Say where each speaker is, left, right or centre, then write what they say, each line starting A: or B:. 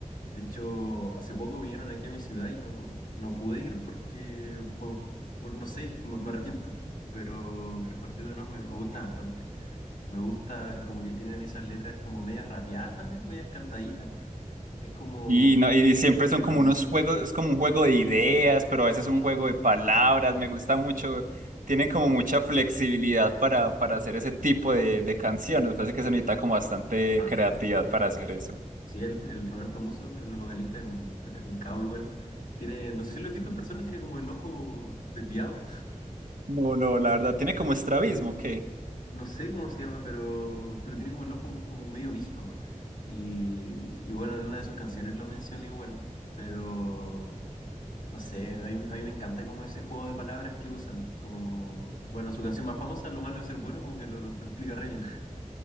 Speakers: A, on the left; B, on the right.
A: De hecho, hace poco vinieron aquí a mi ciudad y no, no pude ir porque, por, por no sé, me, me arrepiento, pero el Cuarteto no me, me gusta bastante. Me gusta como que tienen esas letras como medias rapeadas también, medias cantaditas. Es como...
B: Y, no, y siempre son
A: Riman
B: como
A: mucho.
B: unos juegos, es como un juego de ideas, pero a
A: Sí,
B: veces un juego
A: sí. sí.
B: de palabras, me gusta mucho, tienen como mucha flexibilidad para, para hacer ese tipo de, de canciones, parece que se necesita como bastante
A: Ajá.
B: creatividad para hacer eso.
A: Sí, el, el Roberto Musso, el vocalista, es un, <laughs> es un cabo igual. Tiene, no sé si lo he visto en persona, tiene como el ojo desviado.
B: No, no, la verdad, tiene como estrabismo, ¿qué?
A: No sé cómo se llama, pero, pero tiene como el ojo como medio visco. Y, y bueno, en una de sus canciones lo menciona igual. Pero... No sé, a mí, a mí me encanta como ese juego de palabras que usan. Como, bueno, su canción más famosa, Lo malo de ser bueno, como que lo, lo explica re bien. <laughs>